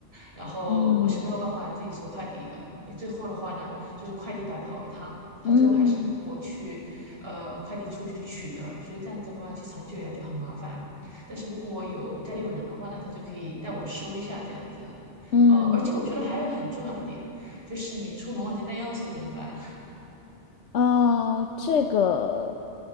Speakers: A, on the right; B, on the left.
A: 然后我是没有办法自己收快递的。
B: 嗯
A: 你最后的话呢，就是快递白跑一趟，他最后还是我去，
B: 嗯
A: 呃，快递处去取的，所以这样子的话，其实长久以来就很麻烦。但是如果有家里有人的话呢，他就可以带我收一下这样子。
B: 嗯。
A: 呃，而且我觉得还有很重要的点，就是你出门忘记带钥匙怎么办？
B: 哦，这个